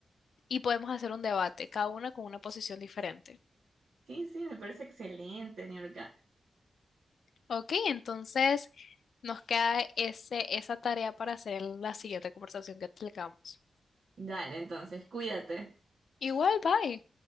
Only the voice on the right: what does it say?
Sí, sí, me parece excelente, Niurka.
Dale, entonces, cuídate.